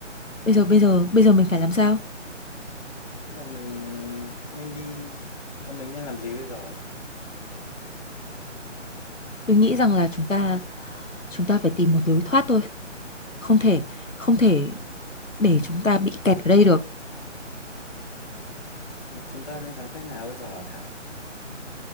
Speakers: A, on the left; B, on the left.
A: bây giờ bây giờ bây giờ mình phải làm sao
B: Bọn mình nên đi, bọn mình nên làm gì bây giờ?
A: tôi nghĩ rằng là chúng ta chúng ta phải tìm một lối thoát thôi không thể không thể để chúng ta bị kẹt ở đây được
B: Chúng ta nên làm cách nào bây giờ hả Thảo?